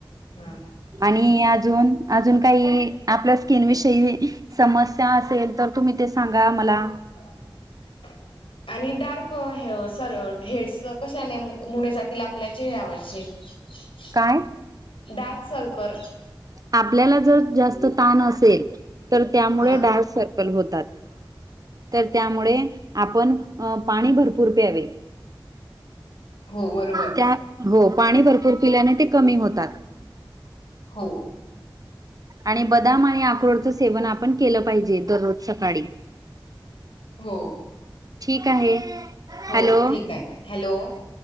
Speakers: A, on the left; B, on the right.
A: हा
B: आणि अजून अजून काही आपल्या स्किन विषयी समस्या असेल तर तुम्ही ते सांगा मला
A: आ आणि डार्क सर हेड्स कशाने मुणे जातील आपल्या चेहऱ्यावरचे. ह
B: काय?
A: दडाख सल करर.
B: आपल्याला जर जास्त ताण असेल तर त्यामुळे
A: हा
B: डा स होतात तर त्यामुळे आपण पाणी भरपूर प्यावे.
A: हो बरोबर
B: त्या हो पाणी भरपूर पिल्याने ते कमी होतात.
A: हो
B: आणि बदाम आणि अक्रोडचं सेवन आपण केलं पाहिजे दररोज सकाळी
A: हो
B: ठीक आहे.
A: हो
B: हॅलो
A: ठीक आहे हॅलो